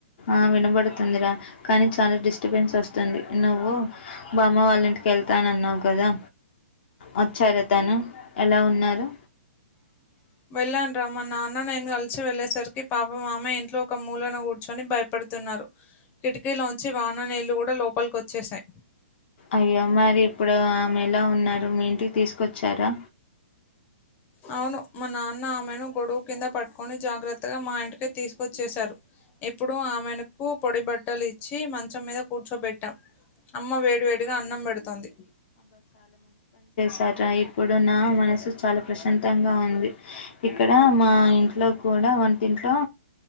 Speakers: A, on the left; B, on the left.
A: అ వినబడుతుందిరా కానీ చాలా డిస్టర్బెన్స్ వస్తుంది నువ్వు బామ్మ వాళ్ళింటికెళ్తా న్నన్నావు కదా వోచ్చార తను ఎలా ఉన్నారు
B: వెళ్ళాను రా మా నాన్న నేన్ కలిసి వెళ్ళేసరికి పాపం ఆమె ఇంట్లో ఒక మూలన కూర్చొని భయపడుతున్నారు కిటికీలోంచి వాన నీళ్ళు కూడా లోపలికోచ్చేసాయి
A: అయ్యో మరి ఇప్పుడు ఆమె ఎలా ఉన్నారు మీ ఇంటికి తీసుకొచ్చారా
B: అవును మా నాన్న ఆమెను గొడుగు కింద పట్టుకొని జాగ్రత్తగా మా ఇంటికి తీసుకొచ్చేశారు ఇప్పుడు ఆమెనుకు పొడి బట్టలు ఇచ్చి మంచం మీద కూర్చోబెట్టా అమ్మ వేడ్ వేడిగా అన్నం పెడుతోంది
A: తర ఇప్పుడు నా మనసు చాలా ప్రశాంతంగా ఉంది ఇక్కడ మా ఇంట్లో కూడ్ అల వంటింట్లో